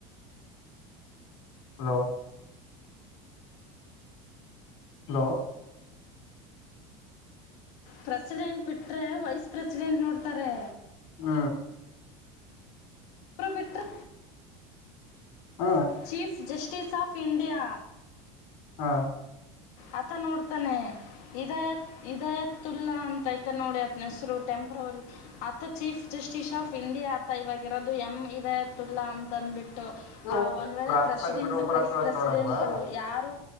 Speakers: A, on the left; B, on the left.
A: ಹಲೋ ಹಲೋ
B: ಪ್ರೆಸಿಡೆಂಟ್ ಬಿಟ್ರೆ ವೈಸ್ ಪ್ರೆಸಿಡೆಂಟ್ ನೋಡ್ತಾರೆ.
A: ಹ್ಮ
B: ಇಬ್ರು ಬಿಟ್ರೆ.
A: ಹ
B: ಚೀಫ್ ಜಸ್ಟಿಸ್ ಆಫ್ ಇಂಡಿಯಾ.
A: ಹಾ
B: ಆತ ನೋಡ್ತಾನೆ. ಇದತ್ ಇದಯತೂಲ್ಲಾ ಅಂತ ಐತಿ ನೋಡಿ ಅತ್ನ ಹೆಸರು ಟೆಂಪ್ರರಿ ಅತ ಚೀಫ್ ಜಸ್ಟಿಸ್ ಆಫ್ ಇಂಡಿಯಾ ಅತ ಇವಾಗ ಇರೋದು ಎಮ್ ಇ ಇತ್ತುಲ್ಲಾ ಅಂತ ಅಂದ್ಬಿಟ್ಟು.
A: ಇವು
B: ಆ ಒಂದ್ ವೇಳೆ
A: ರಾಷ್ಟ್ರಪತಿ
B: ಪ್ರೆಸಿಡೆಂಟು
A: ಬಿಟ್ರೆ ಉಪರಾಷ್ಟ್ರಪತಿ
B: ವೈಸ್ ಪ್ರೆಸಿಡೆಂಟು
A: ನೋಡಲ್ವಾ
B: ಯಾರು